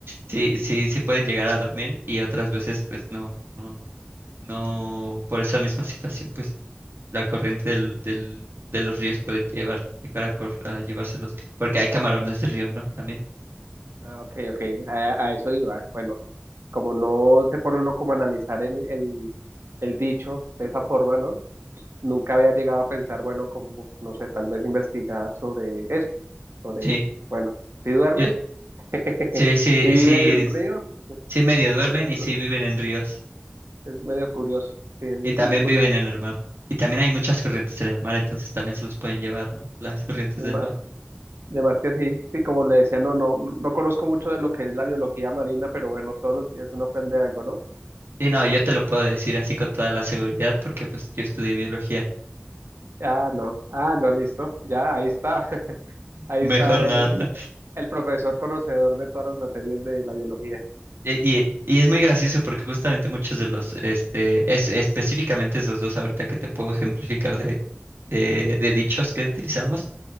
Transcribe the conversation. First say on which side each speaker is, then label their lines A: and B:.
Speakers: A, on the right (about 70°); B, on the right (about 85°).
A: sí, sí, sí pueden llegar a dormir y otras veces, pues no, no, no, por esa misma situación, pues la corriente del, del, de los ríos puede llevar, llegar a, cor- a llevárselos, porque hay camarones de río, ¿no? También.
B: Ah, ok, ok, a, a eso iba. Bueno, como no se pone uno como a analizar el, el, el dicho de esa forma, ¿no? nunca había llegado a pensar, bueno, como, no sé, tal vez investigar sobre eso, sobre,
A: Sí,
B: bueno, si duermen,
A: yo-
B: <laughs>
A: sí, sí,
B: si viven
A: sí,
B: en el río,
A: sí medio duermen
B: es muy
A: y
B: curioso,
A: sí viven en ríos.
B: es medio curioso, sí, es muy,
A: Y también
B: muy curioso.
A: viven en el mar. Y también hay muchas corrientes en el mar, entonces también se los pueden llevar, ¿no? Las corrientes
B: Además,
A: del mar.
B: además que sí, sí, como le decía, no, no, no conozco mucho de lo que es la biología marina, pero bueno, todos los días uno aprende algo, ¿no?
A: Sí, no, yo te lo puedo decir así con toda la seguridad porque pues yo estudié biología.
B: Ah, no, ah, no, listo, ya, ahí está, <laughs>
A: <laughs>
B: ahí
A: Mejor
B: está
A: nada,
B: el,
A: ¿no?
B: el, el profesor conocedor de todas las materias de la biología.
A: E- Y, y es muy gracioso porque justamente muchos de los, este, es, específicamente esos dos ahorita que te puedo ejemplificar de, de, de dichos que utilizamos,